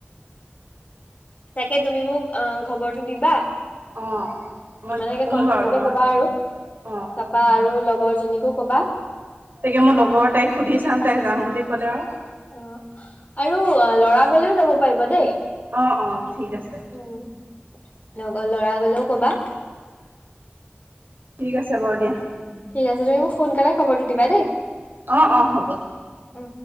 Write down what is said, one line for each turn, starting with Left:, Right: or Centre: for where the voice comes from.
Left: তাকে তুমি মোক অ খবৰটো দিবা
Right: অ মই
Left: মানে
Right: ক'ম
Left: কনফাৰ্ম
Right: বাৰু তোমাক
Left: কে কবা আৰু
Right: অ
Left: তাপা আৰু লগৰ জনীকো কবা
Right: তাকে মই লগৰৰ তাইক সুধি চাম তাই যাম বুলি ক'লে আৰু
Left: অ আৰু লৰা গলেও যাব পাৰিব দেই
Right: অ অঁ ঠিক আছে
Left: উম লগৰ লৰা গলেও কবা
Right: ঠিক আছে বাৰু দিয়া
Left: ঠিক আছে তুমি মোক সোনকালে খবৰটো দিবা দেই
Right: অ অ হ'ব
Left: অ